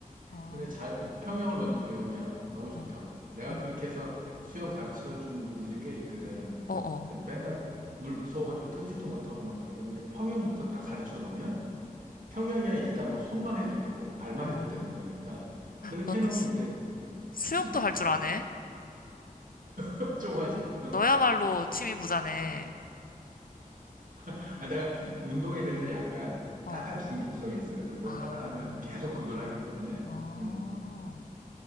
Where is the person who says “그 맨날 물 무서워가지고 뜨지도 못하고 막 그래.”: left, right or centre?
Right